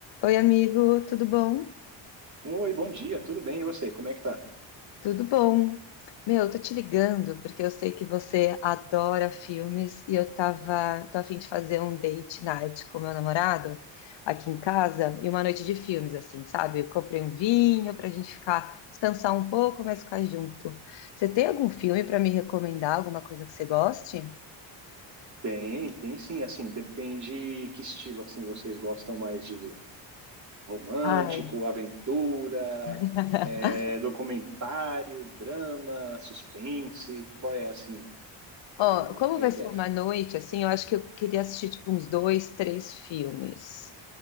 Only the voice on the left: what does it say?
Oi, amigo, tudo bom?
Tudo bom. Meu, eu tô te ligando porque eu sei que você adora filmes e eu tava, tô a fim de fazer um date night com meu namorado aqui em casa e uma noite de filmes, assim, sabe? Eu comprei um vinho pra gente ficar, descansar um pouco, mas ficar junto. Você tem algum filme pra me recomendar, alguma coisa que você goste?
Ai,
<laughs>
Ó, como
vai
ser uma noite, assim, eu acho que eu queria assistir, tipo, uns dois, três filmes.